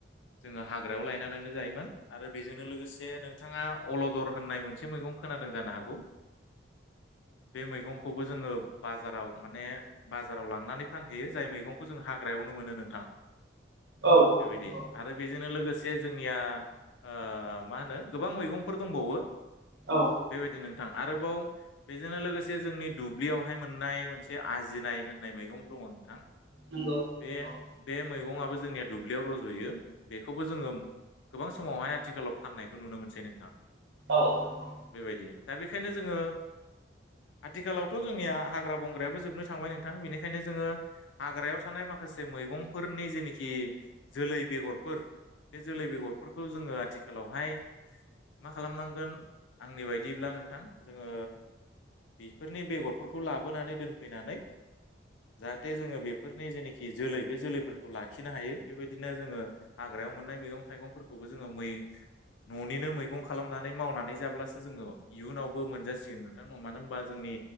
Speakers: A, on the left; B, on the right.
A: ओ हाग्रायाव लायनानैनो जायोमोन आरो बेजोंनो लोगोसे नोंथाङा अलदर होननाय मोनसे मैगं खोनादों जानो हागौ बे मैगंखौबो जोङो बाजाराव माने बाजाराव लांनानै फानहैयो जाय मैगंखौ जों हाग्रायाव नो मोनो नोंथां
B: औ
A: बेबायदि
B: नंगौ
A: आरो बेजोंनो लोगोस से जोंनिया ओ मा होनो गोबां मैगंफोर दंबावो
B: औ
A: बेबायदि नोंथां आरोबाव बेजोंनो लोगोसे जोंनि दुब्लियावहाय मोननाय मोनसे आजिर नाय होननाय मैगं दङ नोंथां
B: नंगौ
A: बे
B: औ
A: बे मैगंआबो जोंनिया दुब्लियाव रज'यो बेखौबो जोङो गोबां समावहाय आथिखालाव फाननायखौ नुनो मोनसै नोंथां
B: औ नंगौ
A: बेबायदि दा बेखायनो जोङो आथिखालावथ' जोंनिया हाग्रा बंग्रायाबो जोबनो थांबाय नोंथां बेनिखायनो जोङो हाग्रायाव थानाय माखा खासे मैगंफोरनि जेनेखि जोलै बेगरफोर बे जोलै बेगरफोर खौ जोङो आथिखालावहाय मा खालामनांगोन आंनि बायदिब्ला नोंथां जोङो बेफोरनि बेगरफोरखौ लाबोनानै दोनफैनानै जाहाथे जोङो बेफोरनि जेनेखि जोलै बे जोलै फोरखौ लाखिनो हायो बेबायदिनो जोङो हाग्रायाव मोननाय मैगं थाइगंफोरखौबो जोङो मै न'निनो मैगं खालामनानै मावनानै जाब्लासो जोङो इयुनावबो मोनजासिगोन नोंथां मानो होनबा जोंनि